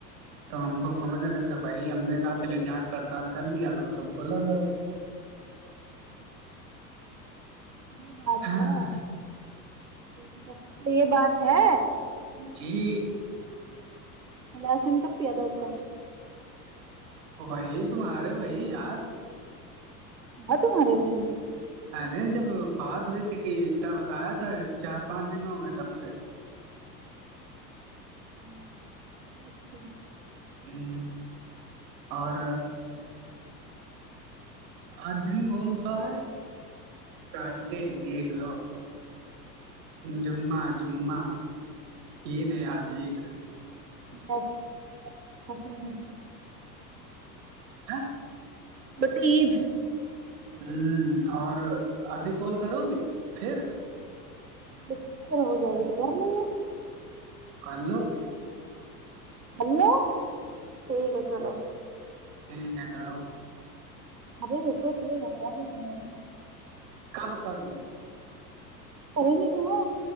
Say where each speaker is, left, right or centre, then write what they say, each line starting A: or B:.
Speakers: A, on the right; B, on the right.
A: تو ہم کو سمجھ رہے تھے وہی ہم نے کہا پہلے جانچ پڑتال کر لیا کرو تب بولا کرو
B: یہ بات ہے
A: ہاں
B: اچھا یہ بات ہے
A: جی
B: ہوں لاسٹ ٹائم کب پیا تھا حقہ
A: وہی تمہارے وہی یار
B: بت تمہارے بھائی
A: ارے جب بات ہوئی تھی کہ اتنا بتایا تھا چار پانچ دن ہو گئے تب سے
B: <inaudible>
A: ہوں اور آج دن کون سا ہے کئے ٹے دیکھ لو جمعہ جمعہ عید ہے آج عید
B: بس ا تھی میں
A: ہاں
B: ببلو عید
A: ہوں اور ابھی کال کرو گی پھر
B: بچے اگر ہو جائے گے تو کر لیں گے
A: کرلو
B: ہیلو ٹھیک ہے چلو
A: ٹھیک ہے کرو
B: <unintelligible>
A: کب کر لو گے
B: پڑھے گے نہ